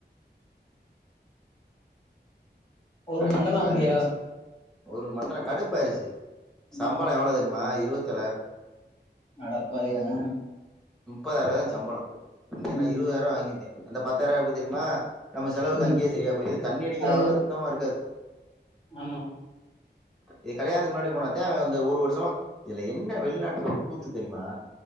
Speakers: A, on the left (about 30°); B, in the centre.
A: ஒரு
B: கடுப்பா
A: மண்டலொ அப்பிடியா
B: வேற ஆயிடுச்சு ஒரு மண்டல கடுப்பு ஆய்டுச்சு சம்பளொ
A: ம்
B: எவ்ளோ தெரியுமா இருவத்தி ஏழாயிரோ
A: அடப்பாவிகளா
B: நுப்பதாயிர்வா தா ஏ சம்பளோ இங்க
A: ம்
B: நா இருவதார்வா வாங்கிட்டே அந்த பத்தாயிர்வா எப்டி தெரியுமா நம்ம செலவுக்கு
A: ம்
B: அங்க்யே செரியா போய்ரு இது தண்ணி அடிக்கிறனால
A: அது
B: சுத்தமா இருக்காது
A: ஆமா
B: ஏ கல்யாணுக் முன்னாடி போனாதா அவ வந்து ஒரு வருஷமா இதுல என்ன வெள்நாட்டுல ஒரு கூத்து தெரியுமா